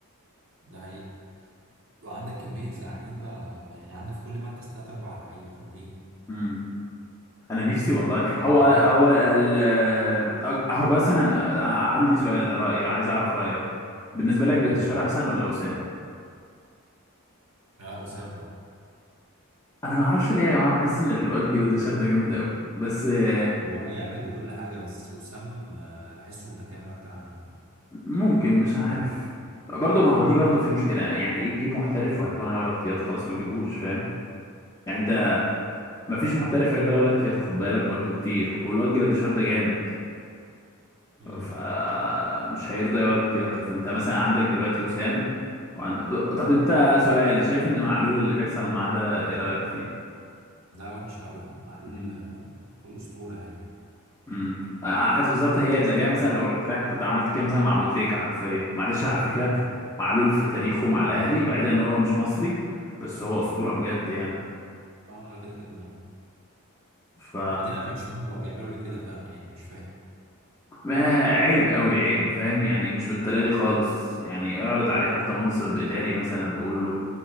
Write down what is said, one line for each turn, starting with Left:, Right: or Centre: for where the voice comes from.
Right: ده حقيقة وعندك كمية لعيبة يعني عندك في كل مركز تلات أربع لعيبة طب ليه؟
Left: امم انا نفسي والله
Right: وجراديشار
Left: هو هو ال أج- هو بس انا أنا عندي سؤال رأي عايز اعرف رأيك بالنسبة لك
Right: امم
Left: جراديشار احسن ولا وسام
Right: لا وسام طبعا
Left: انا ما اعرفش ليه يا جماعة بحس ان الواد جراديشار ده جامد قوي بس آه،
Right: هو جامد وكل حاجة بس وسام آه، بحسه متكامل أكتر عنه يعني
Left: ممكن مش عارف برضه ما هو دي برضه في مشكلة يعني ايه تجيب محترف وهيكون هيقعد احتياطي خلاص ما تجيبوش فاهم يعني انت مفيش محترف هيرضى يقعد احتياطي خد بالك برضو كتير والواد جراديشار ده جامد
Right: امم
Left: فمش هيرضى يقعد احتياطي فانت مثلا عندك دلوقتي وسام وعند... ب- طب انت سؤال شايف ان معلول اللي بيحصل معاه ده ايه رأيك فيه؟
Right: ده وحش قوي يعني معلول
Left: مم.
Right: آه، معلول أسطورة يعني
Left: امم على حسب بالظبط هي زيها مثلا لو رحت رايح كنت عملت كده مثلا مع ابو تريكة حرفيا معلش على فكرة
Right: اه
Left: معلول في تاريخه مع الاهلي بعيدا ان هو مش مصري بس هو اسطورة بجد يعني
Right: آه، لا كده كده آه.
Left: ف
Right: وبعدين أنا مش فاهم هو بيعملوا ليه كده فعلا يعني مش فاهم
Left: ما عيب قوي عيب فاهم يعني مش بالطريقه دي خالص يعني اعرض عليه حتى منصب اداري مثلا وقول له